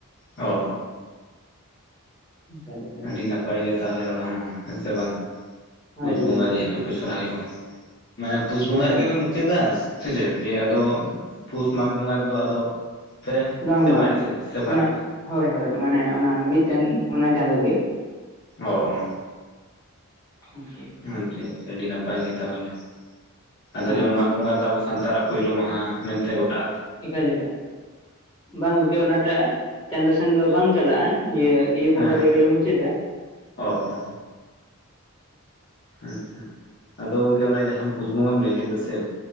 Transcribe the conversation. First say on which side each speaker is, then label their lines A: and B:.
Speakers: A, on the left (about 50°); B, on the left (about 20°).
A: ᱚ
B: <unintelligible>
A: ᱟᱹᱰᱤ ᱱᱟᱯᱟᱭ ᱜᱮ ᱛᱟᱦᱚᱞᱮ ᱚᱱᱟ ᱦᱚᱸ ᱦᱮᱸᱥᱮ ᱵᱟᱝ
B: ᱦᱳᱭ
A: ᱯᱩᱥ
B: ᱜᱚᱝᱠᱮ
A: ᱵᱚᱸᱜᱟ ᱡᱮᱦᱮᱛᱩ ᱛᱚᱯᱮ ᱥᱚᱦᱨᱟᱭᱚᱜᱼᱟ ᱢᱟᱱᱮ ᱯᱩᱥ ᱵᱚᱸᱜᱟ
B: ᱮᱠᱟᱞ
A: ᱨᱮᱜᱮ ᱯᱮ
B: ᱮᱠᱟᱞ
A: ᱢᱩᱪᱟᱹᱫᱟ ᱥᱮ ᱪᱮᱫ ᱫᱤᱭᱮ ᱟᱫᱚ ᱯᱩᱥ ᱢᱟᱜᱽ ᱵᱚᱸᱜᱟ ᱨᱮᱫᱚ ᱟᱫᱚ ᱯᱮ
B: ᱵᱟᱝ
A: ᱪᱟᱵᱟᱭᱟ
B: ᱵᱟᱝ
A: ᱥᱮ ᱥᱮ ᱚᱠᱟᱞᱮᱠᱟ
B: ᱚᱱᱟ ᱦᱳᱭ ᱦᱳᱭ ᱢᱟᱱᱮ ᱚᱱᱟ ᱢᱤᱫᱴᱟᱱ ᱚᱱᱟ ᱪᱟᱸᱫ ᱜᱮ
A: ᱚ ᱚ
B: <unintelligible>
A: ᱟᱪᱪᱷᱟ ᱟᱹᱰᱤ ᱱᱟᱯᱟᱭ ᱜᱮ ᱛᱟᱦᱚᱞᱮ ᱟᱫᱚ
B: ᱦᱳᱭ
A: ᱡᱮᱢᱚᱱ
B: ᱜᱚᱝᱠᱮ
A: ᱢᱟᱜᱽ ᱵᱚᱸᱜᱟ ᱨᱮᱫᱚ ᱟᱵᱚ ᱥᱟᱱᱛᱟᱲᱟᱜ ᱯᱩᱭᱞᱳ ᱢᱟᱦᱟ ᱢᱮᱱᱛᱮ ᱜᱚᱴᱟ
B: ᱮᱠᱟᱞ ᱞᱮᱠᱟ ᱵᱟᱝ ᱜᱚᱝᱠᱮ ᱚᱱᱟᱴᱟᱜ ᱪᱟᱸᱫᱚᱳ ᱥᱮᱱ ᱫᱚ ᱵᱟᱝ ᱪᱟᱞᱟᱜᱼᱟ ᱱᱤᱭᱟᱹ ᱤᱭᱟᱹ
A: ᱦᱮᱸ
B: ᱵᱚᱸᱜᱟ ᱨᱮᱜᱮᱞᱮ ᱢᱩᱪᱟᱹ ᱫᱟ
A: ᱚ ᱚ ᱟᱪᱪᱷᱟ ᱟᱫᱚ ᱜᱚᱝᱠᱮ ᱚᱱᱮ ᱡᱟᱦᱟᱸ ᱯᱩᱥ ᱵᱚᱸᱜᱟᱢ ᱞᱟᱹᱭᱠᱟ ᱥᱮ